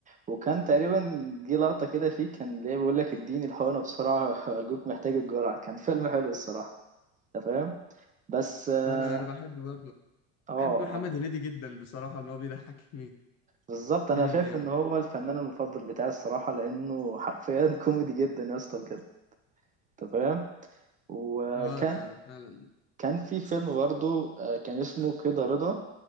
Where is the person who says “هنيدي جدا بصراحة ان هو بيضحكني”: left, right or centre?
Left